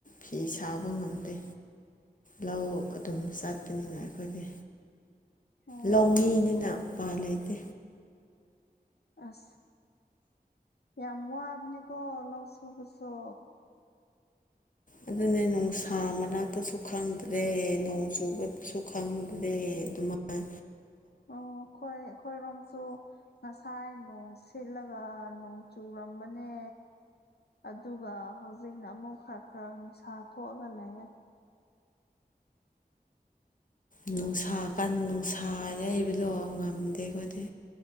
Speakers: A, on the left (about 55°); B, on the left (about 80°).
A: ꯐꯤ ꯁꯥꯕ ꯉꯝꯗꯦ ꯂꯧ ꯑꯗꯨꯝ ꯆꯠꯄꯅꯤꯅ ꯑꯈꯣꯏꯗꯤ
B: ꯑꯣ
A: ꯂꯧꯃꯤꯅꯤꯅ ꯎꯄꯥꯏ ꯂꯩꯇꯦ
B: ꯑꯁ ꯌꯥꯝ ꯋꯥꯕꯅꯤꯀꯣ ꯂꯧ ꯁꯨꯕꯁꯨ
A: ꯑꯗꯨꯅꯦ ꯅꯨꯡꯁꯥ ꯃꯔꯛꯇꯁꯨ ꯈꯪꯗ꯭ꯔꯦ ꯅꯣꯡ ꯆꯨꯕꯗꯁꯨ ꯈꯪꯗꯦ ꯗꯦ ꯑꯗꯨꯃꯥꯏ
B: ꯑꯣ ꯈꯣꯏ ꯑꯈꯣꯏꯔꯣꯝꯁꯨ ꯉꯁꯥꯏ ꯅꯣꯡ ꯁꯤꯠꯂꯒ ꯅꯣꯡ ꯆꯨꯔꯝꯕꯅꯦ ꯑꯗꯨꯒ ꯍꯧꯖꯤꯛꯅ ꯑꯃꯨꯛ ꯈ꯭ꯔ ꯈ꯭ꯔ ꯅꯨꯡꯁꯥ ꯊꯣꯛꯑꯒ ꯂꯩꯌꯦ
A: ꯅꯨꯡꯁꯥ ꯀꯟ ꯅꯨꯡꯁꯥ ꯌꯩꯕꯗꯣ ꯉꯝꯗꯦ ꯑꯈꯣꯢꯗꯤ